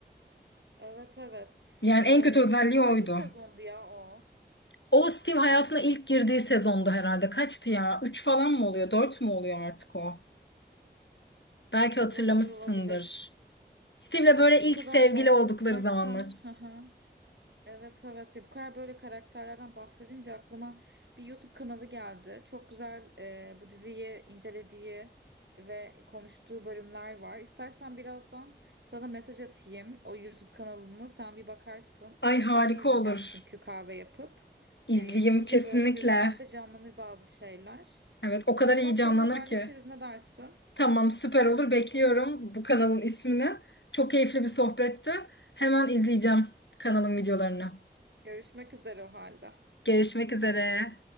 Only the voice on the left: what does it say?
Yani
en kötü özelliği
oydu.
O Steve hayatına ilk girdiği sezondu herhalde. Kaçtı ya? 3 falan mı oluyor? 4 mü oluyor artık o? Belki
hatırlamışsındır.
Steve'le
böyle
ilk
sevgili
oldukları zamanlar.
Ay harika
olur.
İzleyeyim
kesinlikle.
Evet, o kadar
iyi
canlanır
ki.
Tamam, süper olur. Bekliyorum bu kanalın ismini. Çok keyifli bir sohbetti. Hemen izleyeceğim kanalın videolarını.
Görüşmek üzere.